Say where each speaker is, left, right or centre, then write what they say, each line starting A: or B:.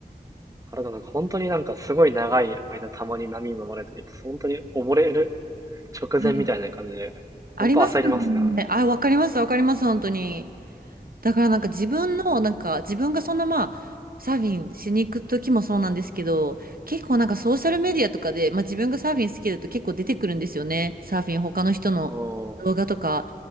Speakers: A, on the right; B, on the right.
A: あれだなんか本当になんかすごい長い間たまに波に飲まれてると、本当に溺れる直前みたいな感じで、
B: <laughs> ありますよね。
A: ほんと焦りますね、あれ。
B: あ、わかります、わかります、本当に。だからなんか自分の、なんか自分がそのまあ、サーフィンしに行く時もそうなんですけど、結構なんかソーシャルメディアとかで、まあ自分がサーフィン好きだと結構出てくるんですよね。サーフィン、他の人の動画とか。
A: おー